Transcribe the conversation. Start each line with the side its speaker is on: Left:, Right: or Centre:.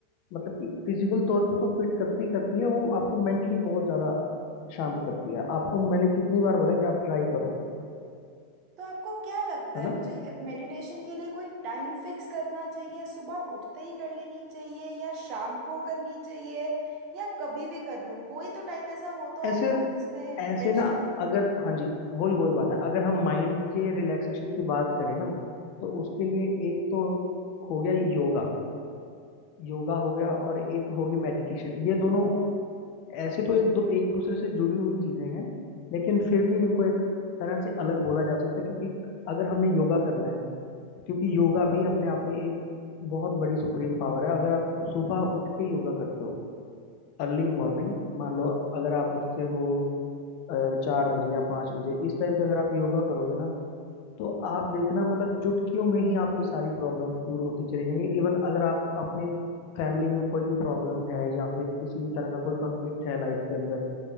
Left: मतलब कि फिजिकल तौर पे तो फिट करती ही करती है वो आपको मेंटली बहुत ज्यादा शांत करती है आपको मैंने कितनी बार बोला कि आप ट्राई करो
Right: तो आपको क्या लगता
Left: है
Right: है
Left: ना
Right: मुझे मेडिटेशन के लिए कोई टाइम फिक्स करना चाहिए सुबह उठते ही कर लेनी चाहिए या शाम को करनी चाहिए या कभी भी कर लूं कोई तो टाइम ऐसा होता
Left: ऐसे
Right: होगा जिसमें
Left: ऐसे
Right: बेस्ट
Left: ना
Right: हो
Left: अगर हाँ जी वही वही बात है अगर हम माइंड के रिलैक्सेशन की बात करें ना तो उसके लिए एक तो हो गया योगा योगा हो गया और एक होगी मेडिटेशन ये दोनों ऐसी तो एक दो एक दूसरे से जुड़ी हुई चीजें हैं लेकिन फिर भी इनको एक तरह से अलग बोला जा सकता है क्योंकि अगर हमने योगा करना है क्योंकि योगा भी अपने आप में एक बहुत बड़ी सुप्रीम पावर है अगर आप सुबह उठ के योगा करते हो अर्ली मॉर्निंग मान लो अगर आप उठते हो अ, चार बजे या पाँच बजे इस टाइम पे अगर आप योगा करोगे ना तो आप देखना मतलब चुटकियों में ही आपकी सारी प्रॉब्लम दूर होती चली जाएंगी इवन अगर आप अपने फैमिली में कोई भी प्रॉब्लम है या फिर किसी भी तरह का कोई कॉन्फ्लिक्ट है लाइफ के अंदर